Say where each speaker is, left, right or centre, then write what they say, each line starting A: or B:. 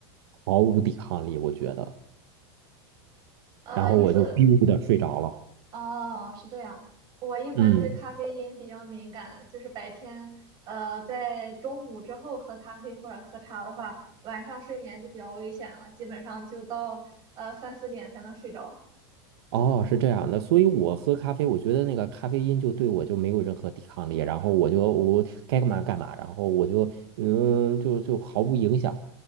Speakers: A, on the right; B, on the right.
A: 毫无抵抗力，我觉得。
B: 呃，
A: 然后我就
B: 意思。
A: biu 的睡着了，
B: 哦，是这样。我一般对咖啡因比较敏感，
A: 嗯。
B: 就是白天，呃，在中午之后喝咖啡或者喝茶的话，晚上睡眠就比较危险了，基本上就到呃三四点才能睡着。
A: 哦，是这样的，所以我喝咖啡，我觉得那个咖啡因就对我就没有任何抵抗力，然后我就我该干嘛干嘛，然后我就嗯就就毫无影响，